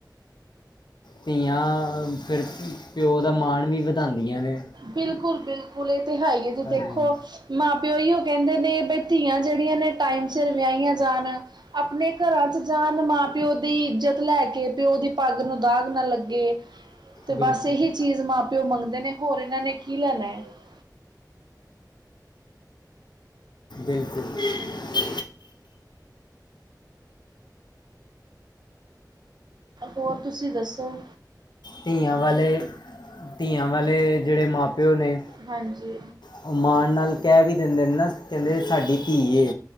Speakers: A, on the left (about 80°); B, on the right (about 75°).
A: ਧੀਆਂ ਫਿਰ ਪਿਓ ਦਾ ਮਾਣ ਵੀ ਵਧਾਂਦੀਆਂ ਨੇ।
B: ਬਿਲਕੁਲ-ਬਿਲਕੁਲ ਏ ਤੇ ਹੈ ਇਹ ਐ ਜੀ
A: ਹਾਂਜੀ
B: ਦੇਖੋ ਮਾਂ-ਪਿਓ ਓਈਓ ਕੈਂਦੇ ਨੇ ਬਈ ਧੀਆਂ ਜਿਹੜੀਆਂ ਨੇ ਓ ਟਾਈਮ ਸਿਰ ਵਿਆਈਆਂ ਜਾਣ। ਆਪਣੇ ਘਰਾਂ 'ਚ' ਜਾਣ ਮਾਂ- ਪਿਓ ਦੀ ਇੱਜ਼ਤ ਲੈ ਕੇ, ਪਿਓ ਦੀ ਪੱਗ ਨੂੰ ਦਾਗ ਨਾ ਲੱਗੇ। ਤੇ
A: ਬਿਲਕੁਲ
B: ਬੱਸ ਇਹੀ ਚੀਜ਼ ਮਾਂ-ਪਿਓ ਮਗਦੇ ਨੇ, ਹੋਰ ਇਨਾਂ ਨੇ ਕੀ ਲੈਣਾ। ਹੈ।
A: ਬਿਲਕੁਲ।
B: ਹੋਰ ਤੁਸੀ ਦੱਸੋ?
A: ਧੀਆਂ ਵਾਲੇ, ਧੀਆਂ ਵਾਲੇ ਜੇੜੇ ਮਾਂ-ਪਿਓ ਨੇ
B: ਹਾਂਜੀ।
A: ਉਹ ਮਾਣ ਨਾਲ ਕਹਿ ਵੀ ਦਿੰਦੇ ਨੇ ਨਾ ਕਹਿੰਦੇ ਸਾਡੀ ਧੀ ਏ।